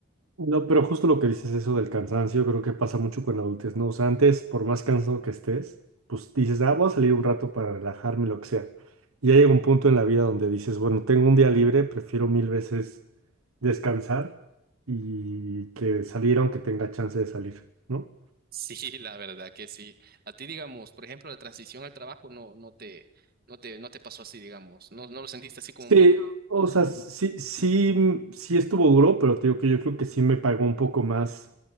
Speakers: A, on the right (about 85°); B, on the right (about 45°).
A: No, pero justo lo que dices eso del cansancio, creo que pasa mucho con la adultez, ¿no? O sea, antes, por más cansado que estés, pues dices, ah, voy a salir un rato para relajarme, lo que sea. Y ya llega un punto en la vida donde dices, bueno, tengo un día libre, prefiero mil veces descansar y que salir aunque tenga chance de salir, ¿no?
B: Sí, la verdad que sí. A ti, digamos, por ejemplo, la transición al trabajo no, no te, no te, no te pasó así, digamos. No, no lo sentiste así como
A: Sí,
B: muy duro
A: o sea, sí, sí, sí estuvo duro, pero te digo que yo creo que sí me pagó un poco más